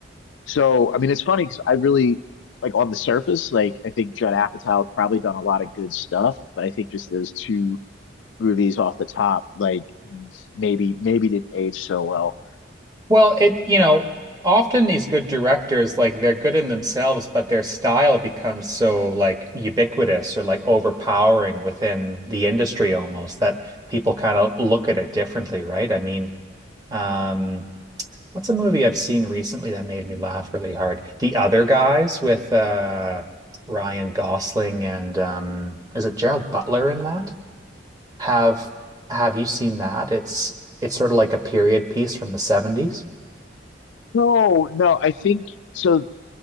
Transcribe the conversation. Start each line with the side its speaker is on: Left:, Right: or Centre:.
Left: so I mean, it's funny because I really like on the surface, like I think Judd Apatow probably done a lot of good stuff, but I think just those two movies off the top, like maybe maybe didn't age so well.
Right: Well, it you know, often these good directors like they're good in themselves, but their style becomes so like ubiquitous or like overpowering within the industry almost that people kind of look at it differently, right? I mean, um, what's a movie I've seen recently that made me laugh really hard? The Other Guys with uh Ryan Gosling and um is it Gerald Butler in that? Have have you seen that? It's it's sort of like a period piece from the 70s.
Left: No, no, I think so.